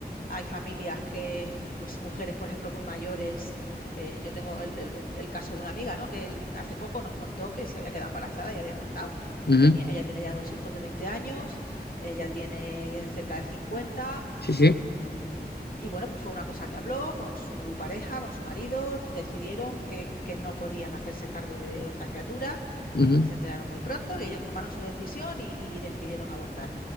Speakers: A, on the left (about 55°); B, on the left (about 75°).
A: hay familias que, pues mujeres, por ejemplo, muy mayores, que yo tengo el, el- el el caso de una amiga, ¿no? Que él hace poco nos contó que se había quedado embarazada y había abortado.
B: ujú.
A: Tenía, ella tiene ya dos hijos de 20 años, ella tiene cerca de 50,
B: Sí, sí.
A: mm, y bueno, pues fue una cosa que habló con su pareja, con su marido, decidieron que, que no podían hacerse cargo de otra criatura,
B: ujú.
A: se enteraron muy pronto y ellos tomaron su decisión y y decidieron abortar.